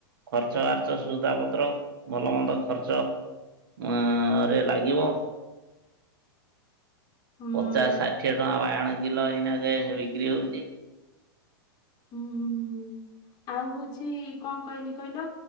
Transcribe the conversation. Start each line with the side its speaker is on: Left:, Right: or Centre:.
Right: ଖର୍ଚ୍ଚ ବାର୍ଚ୍ଚ ସୁବିଧାପତ୍ର ଭଲ ମନ୍ଦ ଖର୍ଚ୍ଚ ଆ ରେ ଲାଗିବ।
Left: ହୁଁ
Right: ଚା ଷାଠିଏ ଟଙ୍କା ବାଇଗଣ କିଲ ଏହିନା ଯେ ବିକ୍ରି ହଉଛି।
Left: ହୁଁ ହୁଁ ହୁଁ। ଆଉ ହଉଛି କଣ କହିଲି କହିଲ।